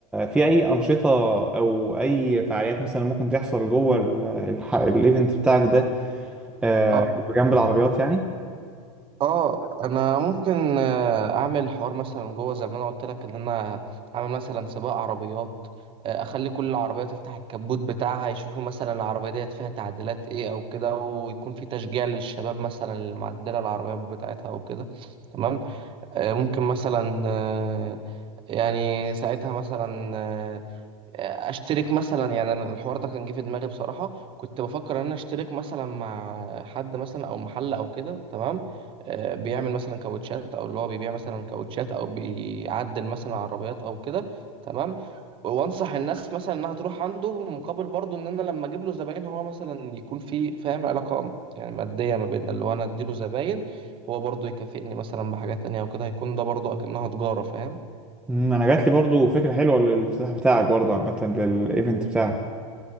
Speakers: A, in the centre; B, on the right (about 30°).
A: في اي انشطة او اي فعاليات مثلا ممكن تحصل جوه ال- الح- الايفنت بتاعك ده آه،
B: اه
A: جنب العربيات يعني
B: اه انا ممكن آه، اعمل حوار مثلا جوه زي ما انا قلت لك ان انا اعمل مثلا سباق عربيات آه، اخلي كل العربيات تفتح الكبوت بتاعها يشوفوا مثلا العربيه ديت فيها تعديلات ايه او كده ويكون في تشجيع للشباب مثلا اللي معدله العربيات بتاعتها او كده تمام آه، ممكن مثلا آه، يعني ساعتها مثلا آه، اشترك مثلا يعني أنا الحوار ده كان جه في دماغي بصراحه كنت بفكر ان انا اشترك مثلا مع حد مثلا او محل او كده تمام آه، بيعمل مثلا كاوتشات او اللي هو بيبيع مثلا كاوتشات او بيعدل مثلا عربيات او كده تمام وانصح الناس مثلا انها تروح عنده مقابل برضو ان انا لما اجيب له زباين هو مثلا يكون في فاهم علاقه يعني ماديه ما بيننا اللي هو انا اديله زباين هو برضو يكافئني مثلا بحاجات تانية وكده هيكون ده برضو اكنها تجاره فاهم
A: مم، انا جات لي برضو فكرة حلوة للافتتاح بتاعك برضو عامة للايفنت بتاعك